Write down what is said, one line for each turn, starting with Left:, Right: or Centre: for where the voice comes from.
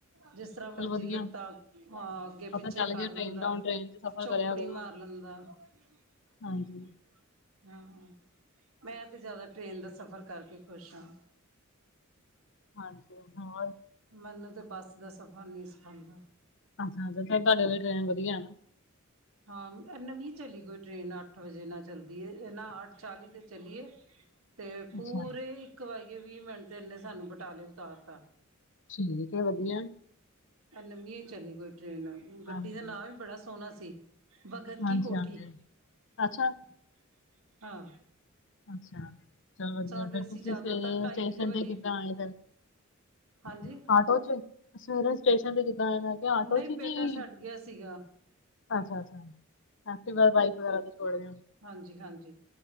Right: ਜਿਸ ਤਰ੍ਹਾਂ ਮਰਜੀ
Left: ਚਲ ਵਧੀਆ
Right: ਲੱਤਾਂ ਅਹ ਅੱਗੇ
Left: ਪਤਾ
Right: ਪਿੱਛੇ
Left: ਚੱਲ
Right: ਕਰ
Left: ਗਿਆ ਟ੍ਰੇਨ
Right: ਲੈਂਦਾ
Left: ਦਾ ਹੁਣ ਟ੍ਰੇਨ ਚ ਸਫ਼ਰ
Right: ਚੌਂਕੜੀ
Left: ਕਰਿਆ ਕਰੋ।
Right: ਮਾਰ ਬੁਲਾਂਦਾ। <unintelligible>
Left: ਹਾਂਜੀ
Right: ਹਾਂ-ਹਾਂ <unintelligible> ਮੈਂ ਤੇ ਜ਼ਿਆਦਾ ਟ੍ਰੇਨ ਦਾ ਸਫ਼ਰ ਕਰਕੇ ਖੁਸ਼ ਹਾਂ।
Left: ਹਾਂਜੀ ਹੋਰ?
Right: ਮੈਨੂੰ ਤਾਂ ਬੱਸ ਦਾ ਸਫ਼ਰ ਨੀ ਪਸੰਦ
Left: ਅੱਛਾ-ਅੱਛਾ ਤੁਹਾਡੇ ਲਈ ਟ੍ਰੇਨ ਵਧੀਆ ਨਾ।
Right: ਹਾਂ ਇਹ ਨਵੀਂ ਚਲੀ ਕੋਈ ਟ੍ਰੇਨ ਅੱਠ ਵਜੇ ਨਾਲ ਚੱਲਦੀ ਇਹ ਨਾ ਅੱਠ ਚਾਲੀ ਦੇ ਚੱਲੀਏ <unintelligible> ਤੇ ਪੂਰੇ
Left: ਅੱਛਾ
Right: ਇੱਕ ਵਜ ਕੇ ਵੀਹ ਮਿੰਟ ਤੇ ਇਹਨੇ ਸਾਨੂੰ ਬਟਾਲੇ ਉਤਾਰ ਤਾਂ।
Left: ਠੀਕ ਏ ਵਧੀਆ।
Right: ਇਹ ਨਵੀਂ ਏ ਚਲੀ ਕੋਈ ਟਰੇਨ ਗੱਡੀ
Left: ਹਾਂਜੀ
Right: ਦਾ ਨਾਂ ਵੀ ਬੜਾ ਸੋਹਣਾ ਸੀ। ਬਗਤ
Left: ਹਾਂਜੀ
Right: ਕੀ ਕੋਠੀ
Left: ਹਾਂਜੀ
Right: <unintelligible>
Left: ਅੱਛਾ
Right: ਆਹ।
Left: ਅੱਛ, ਚਲ ਵਧੀਆ
Right: ਤੇ
Left: ਫਿਰ
Right: ਅਸੀਂ
Left: ਤੁਸੀਂ
Right: ਜ਼ਿਆਦਾਤਰ
Left: ਸਵੇਰੇ
Right: ਢਾਈ
Left: ਸਟੇਸ਼ਨ
Right: ਵਜੇ ਵਾਲੀ
Left: ਤੇ ਕਿੱਦਾਂ ਆਏ ਫਿਰ।
Right: ਹਾਂਜੀ
Left: <unintelligible> ਆਟੋ 'ਚ ਸਵੇਰੇ ਸਟੇਸ਼ਨ ਤੇ ਕਿੱਦਾਂ ਆਏ ਫਿਰ। ਆਟੋ
Right: ਨਹੀਂ
Left: 'ਚ
Right: ਬੇਟਾ
Left: ਵੀ
Right: ਛੱਡ ਗਿਆ ਸੀਗਾ
Left: ਅੱਛਾ-ਅੱਛਾ। ਐਕਟੀਵਾ ਬਾਈਕ ਵਗੈਰਾ ਤੇ ਛੋੜ ਜਾਦੇ
Right: ਹਾਂਜੀ-ਹਾਂਜੀ